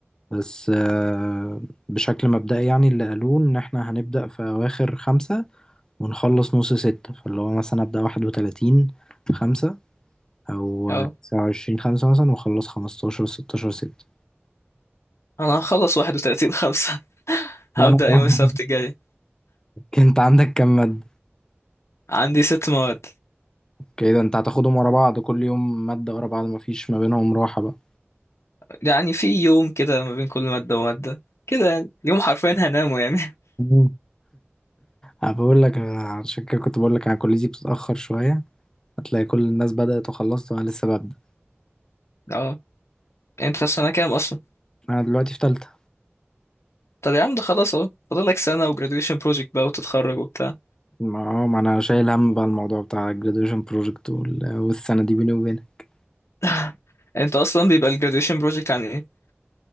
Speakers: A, on the left; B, on the left.
A: بس آه، بشكل مبدئي يعني اللي قالوه إن احنا هنبدأ في أواخر خمسة ونخلص نص ستة فاللي هو مثلا أبدأ واحد وتلاتين في خمسة او
B: اه
A: تسعة وعشرين خمسة مثلا واخلص خمستاشر ستاشر ستة
B: انا هخلص 31 5 <laughs>
A: وانا
B: هبدأ
A: طبعاً-
B: يوم السبت الجاي
A: انت عندك كام مادة
B: عندي ست مواد
A: كده انت هتاخدهم ورا بعض كل يوم مادة ورا بعض مفيش ما بينهم راحة بقى
B: يعني في يوم كده ما بين كل مادة ومادة كده يعني يوم حرفيا هنامه يعني
A: مم. انا بقول لك أنا عشان كده كنت بقول لك انا كليتي بتتأخر شوية هتلاقي كل الناس بدأت وخلصت وانا لسه ببدأ
B: <laughs> اه انت في سنة كام اصلا
A: انا دلوقتي في تالتة
B: طب يا عم ده خلاص اهو فاضلك سنة و graduation project بقى وتتخرج وبتاع
A: ما ما انا شايل هم بقى الموضوع بتاع ال graduation project وال- والسنة دي بيني وبينك
B: <laughs> انت اصلا بيبقى ال graduation project عن ايه؟